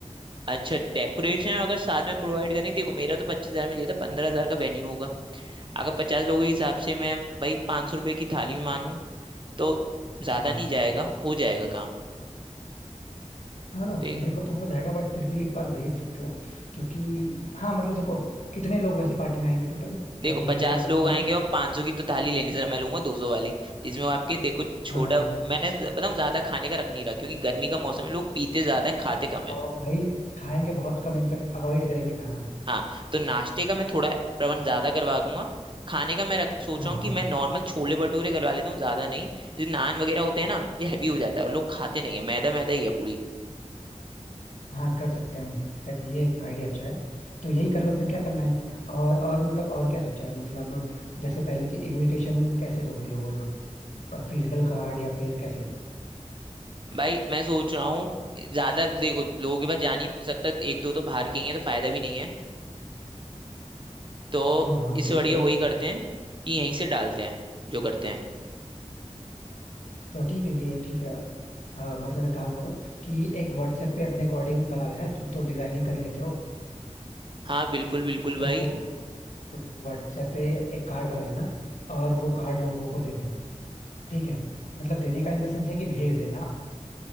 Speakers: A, on the right (about 40°); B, on the left (about 80°).
A: अच्छा डेकोरेशन अगर साथ में प्रोवाइड करेंगे देखो मेरा तो पच्चीस हजार में चाहिए था पंद्रह हजार का वेन्यू होगा अगर पचास लोगों के हिसाब से मैं भाई पाँच सौ रुपये की थाली में मानूं तो ज्यादा
B: हाँ हाँ
A: नहीं जाएगा हो जाएगा
B: हाँ, मतलब
A: काम
B: होने को तो हो जाएगा बट फिर भी एक बार देख सकते हो क्योंकि हाँ मतलब देखो कितने लोग वैसे पार्टी में आएंगे टोटल
A: देखो
B: आइडिया
A: पचास
B: एक करोड़
A: लोग
B: तुम्हारे
A: आएंगे और 500 की तो थाली लेने से मैं लूंगा 200 वाली जिसमें वो आपके देखो छोटा
B: हाँ हाँ
A: मैंने ज- बताऊं ज्यादा खाने का रख नहीं रहा क्योंकि गर्मी का मौसम है लोग पीते ज्यादा है खाते कम
B: बहुत
A: है
B: भाई खाएंगे बहुत कम इनफेक्ट अवॉइड करेंगे खाना
A: हाँ तो नाश्ते का मैं थोड़ा प्रबंध ज्यादा करवा दूंगा खाने का मैं रख, सोच
B: हाँ
A: रहा हूँ
B: हाँ
A: कि मैं नॉर्मल छोले भटूरे करवा लेता हूँ ज्यादा नहीं जो नान वगैरह होते हैं ना ये हैवी हो जाता है और लोग खाते नहीं है मैदा मैदा ही है पूरी
B: हाँ कर सकते हैं इनफेक्ट ये आइडिया अच्छा है तो यही कर लो फिर क्या करना है और और मतलब और क्या सोचा है मतलब जैसे पहली चीज इनविटेशन कैसे दोगे लोगों को फिजिकल कार्ड या फिर कैसे
A: भाई मैं सोच रहा हूँ ज्यादा देखो लोगों के पास जा नहीं सकता एक दो तो बाहर के ही है तो फायदा भी नहीं है तो
B: हाँ हाँ
A: इससे
B: तो
A: बढ़िया
B: फिर
A: वही करते हैं कि यहीं से डालते हैं जो करते हैं
B: तो ठीक है ये ठीक है आ, मतलब एक काम करो कि एक व्हाट्सएप पे अपने अकॉर्डिंग बना लेना तुम तो डिजाइनिंग कर ही लेते हो
A: हाँ बिल्कुल बिल्कुल
B: तो
A: भाई
B: तो व्हाट्सएप पे एक कार्ड बना लेना और वो कार्ड लोगों को दे देना ठीक है मतलब देने का इन द सेंस है कि भेज देना